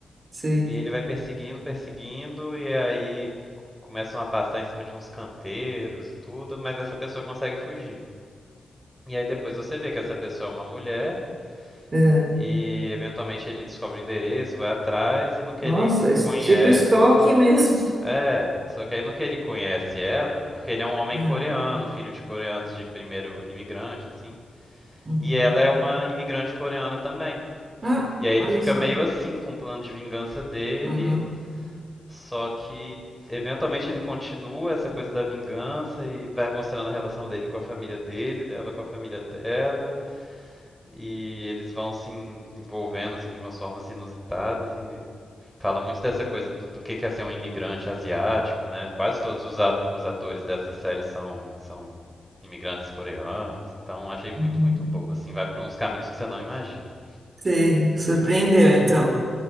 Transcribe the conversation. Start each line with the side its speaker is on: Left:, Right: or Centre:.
Right: Sei.
Centre: E ele vai perseguindo, perseguindo, e aí começam a passar em cima de uns canteiros e tudo, mas essa pessoa consegue fugir. E aí depois você vê que essa pessoa é uma mulher
Right: É.
Centre: e eventualmente ele descobre o endereço, vai atrás e no que
Right: Nossa,
Centre: ele
Right: es-
Centre: conhece.
Right: tipo estoque mesmo.
Centre: É, só que aí no que ele conhece ela, porque ele é um homem
Right: É.
Centre: coreano, filho de coreanos de primeiro imigrante, assim,
Right: Uhum.
Centre: e ela é uma imigrante coreana também.
Right: Ah,
Centre: E aí ele
Right: olha
Centre: fica
Right: só.
Centre: meio assim com o plano de vingança dele,
Right: Aham.
Centre: só que eventualmente ele continua essa coisa da vingança e vai mostrando a relação dele com a família dele, dela com a família dela. E eles vão se en- envolvendo assim de umas formas inusitadas e fala muito dessa coisa do, do que que é ser um imigrante asiático, né? Quase todos os, a- os atores dessa série são, são imigrantes coreanos, então achei muito,
Right: Uhum.
Centre: muito boa, assim, vai para uns caminhos que você não imagina.
Right: Sei. Surpreendeu, então.